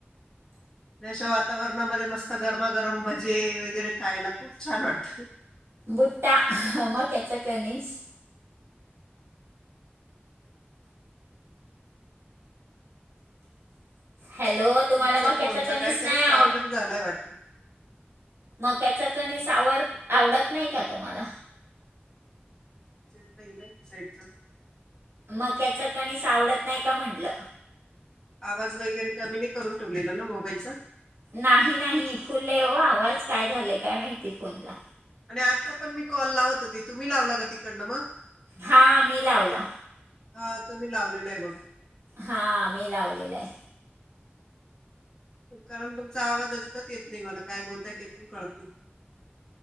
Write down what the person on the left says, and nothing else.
अशा वातावरणामध्ये मस्त गरमागरम भजे वगैरे खायला खूप छान वाटतात
तुमचा
फोनचा
काहीतरी
प्रॉब्लेम झालाय वाटत
नाही ना साईडच
आवाज वगैरे कमी नाय करून ठेवलेला ना मोबाईलचा
आणि आता पण मी कॉल लावत होती तुम्ही लावला का तिकडनं मग
हा तो मी लावलेला आहे मग
कारण तुमचा आवाज अजिबात येत नाही मला काय बोलताय ते पण कळत नाही